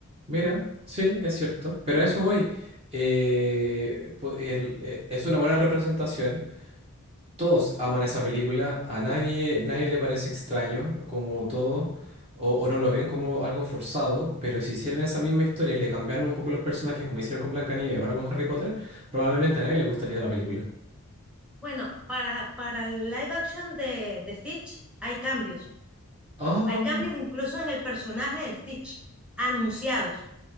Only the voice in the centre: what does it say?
Bueno, para, para el live action de, de Stitch hay cambios.
Hay cambios incluso en el personaje de Stitch, anunciados.